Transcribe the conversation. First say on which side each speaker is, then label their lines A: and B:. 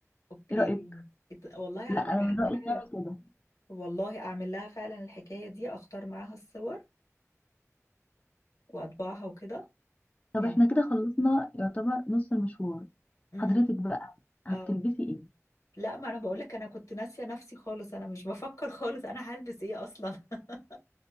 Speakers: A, on the left; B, on the left.
A: اوكي
B: ايه رأيك
A: إت- والله
B: لا
A: عندك
B: انا
A: حق
B: من رأيي
A: فعلا
B: نعمل كده
A: والله اعمل لها فعلا الحكاية دي اختار معاها الصور واطبعها وكده
B: طب
A: يعني
B: احنا كده خلصنا يعتبر نص المشوار
A: امم
B: حضرتك بقى هتلبسي
A: اه
B: ايه
A: لا ما انا بقول لك انا كنت ناسية نفسي خالص انا مش بفكر خالص انا هلبس ايه اصلا <laughs>